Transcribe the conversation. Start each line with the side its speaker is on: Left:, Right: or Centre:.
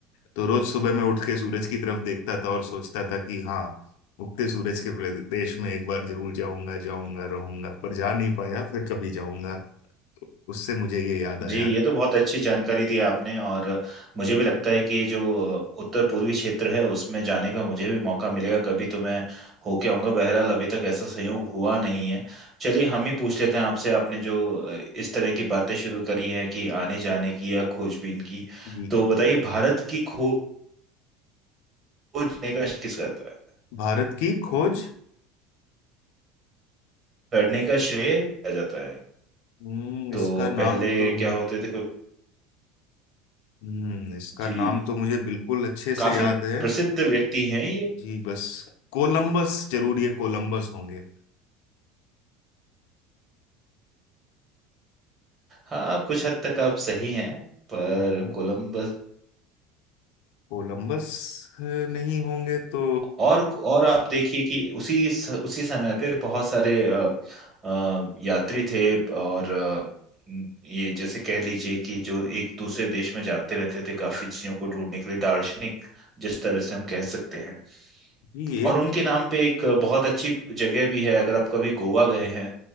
Left: तो रोज सुबह मैं उठ के सूरज की तरफ देखता था और सोचता था कि हाँ उगते सूरज के प्रदेश में एक बार जरूर जाऊंगा जाऊंगा रहूंगा पर जा नहीं पाया फिर कभी जाऊंगा तो उससे मुझे ये याद आया
Right: जी ये तो बहुत अच्छी जानकारी दी आपने और मुझे भी लगता है कि ये जो उत्तर पूर्वी क्षेत्र है उसमें जाने का मुझे भी मौका मिलेगा कभी तो मैं होके आऊंगा बहरहाल अभी तक ऐसा संयोग हुआ नहीं है चलिए हम ही पूछ लेते हैं आपसे आपने जो इस तरह की बातें शुरू करी हैं कि आने जाने की या खोजबीन की
Left: जी
Right: तो बताइए भारत की खोज करने का किस करता है
Left: भारत की खोज
Right: करने का श्रेय किया जाता है
Left: हम्म
Right: तो
Left: इसका
Right: पहले
Left: नाम तो
Right: क्या होते थे कुछ
Left: हम्म इसका
Right: जी
Left: नाम तो मुझे बिल्कुल अच्छे
Right: काफी
Left: से याद है
Right: प्रसिद्ध व्यक्ति हैं ये
Left: जी बस कोलंबस जरूर ये कोलंबस होंगे
Right: हाँ कुछ हद तक आप सही हैं पर
Left: हाँ
Right: कोलंबस
Left: कोलंबस नहीं होंगे तो
Right: और और आप देखिए कि उसी स- उसी समय पे बहुत सारे अ, अ, यात्री थे और अ, ये जैसे कह लीजिए कि जो एक दूसरे देश में जाते रहते थे काफी चीजों को ढूंढने के लिए दार्शनिक जिस तरह से हम कह सकते हैं
Left: ये
Right: और
Left: एक
Right: उनके नाम पे एक बहुत अच्छी जगह भी है अगर आप कभी गोवा गए हैं